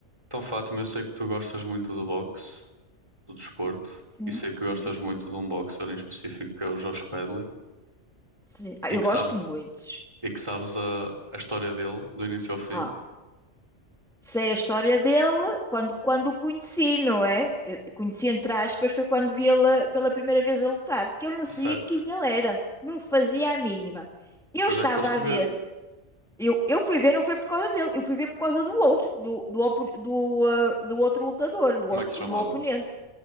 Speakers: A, on the right; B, in the centre.
A: Então, Fátima, eu sei que tu gostas muito do boxe, do desporto,
B: Sim,
A: e sei que
B: sim.
A: gostas muito de um boxer em específico que é o Josh Pedley,
B: Sim. Ah,
A: e
B: eu
A: que
B: gosto
A: sabe,
B: muito.
A: e que sabes a, a história dele, do início ao fim,
B: Ah, sei a história dele quando, quando o conheci, não é? Eu conheci, entre aspas, foi quando vi ele pela primeira vez a lutar, que eu não sabia
A: certo?
B: quem ele era, não fazia a mínima.
A: Depois
B: Eu estava
A: é que foste
B: a ver,
A: ver
B: eu, eu fui ver, não foi por causa dele, eu fui ver por causa do outro, do, do, opo- do, ah, do outro lutador, do,
A: como
B: outro-
A: é que se chamava.
B: do oponente.